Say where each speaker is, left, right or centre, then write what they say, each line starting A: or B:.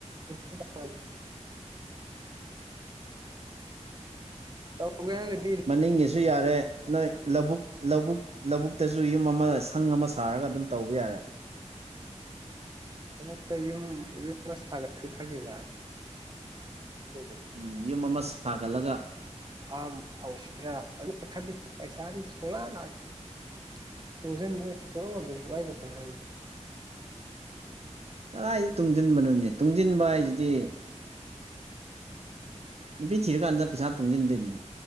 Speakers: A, on the right (about 35°); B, on the right (about 60°).
A: <unintelligible> ꯇꯧꯒꯦ ꯍꯥꯏꯔꯗꯤ
B: ꯃꯅꯤꯡꯒꯤꯁꯨ ꯌꯥꯔꯦ ꯅꯣꯏ ꯂꯧꯕꯨꯛ ꯂꯧꯕꯨꯛ ꯂꯧꯕꯨꯛꯇꯁꯨ ꯌꯨꯝ ꯑꯃ ꯁꯪ ꯑꯃ ꯁꯥꯔꯒ ꯑꯗꯨꯝ ꯇꯧꯕ ꯌꯥꯔꯦ
A: ꯂꯧꯕꯨꯛꯇ ꯌꯨꯝ ꯌꯨꯝ ꯁꯥꯒꯠꯀꯦ ꯈꯜꯂꯤꯕ ꯂꯩꯗꯅ
B: ꯎꯝ ꯌꯨꯝ ꯑꯃ ꯁꯥꯒꯠꯂꯒ
A: ꯐꯥꯝ ꯍꯧꯁꯤꯔ ꯀꯟꯅ ꯈꯜꯂꯤ ꯄꯩꯁꯥꯗꯤ ꯁꯨꯛ ꯂꯥꯛ ꯂꯥꯛꯇꯦ ꯇꯨꯡꯖꯟꯕ ꯁꯨꯛ ꯉꯝ ꯉꯝꯗꯦ ꯀꯃꯥꯏꯅ ꯇꯧꯔꯤꯅꯣ ꯈꯪꯗꯦ
B: ꯀꯗꯥꯏꯗ ꯇꯨꯡꯁꯤꯟꯕꯅꯣꯅꯦ ꯇꯨꯡꯁꯤꯟꯕ ꯍꯥꯏꯁꯤꯗꯤ ꯅꯨꯄꯤ ꯊꯤꯔꯀꯥꯟꯗ ꯄꯩꯁꯥ ꯇꯨꯡꯁꯤꯟꯗꯣꯏꯅꯦ